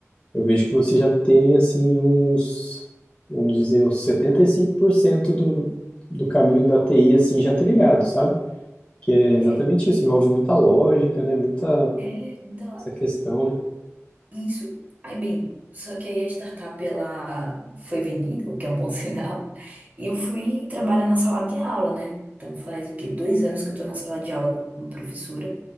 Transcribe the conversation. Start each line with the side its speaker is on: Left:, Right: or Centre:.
Left: Eu vejo que você já tem assim uns, vamos dizer, uns 75% do, do caminho da TI assim já trilhado, sabe? Que é exatamente
Right: É,
Left: isso, envolve muita lógica, né? Muita
Right: é, então,
Left: essa questão, né?
Right: Isso. Aí, bem, só que aí a startup ela foi vendida, o que é um bom <laughs> sinal, e eu fui trabalhar na sala de aula, né? Então faz o quê? Dois anos que eu tô na sala de aula como professora.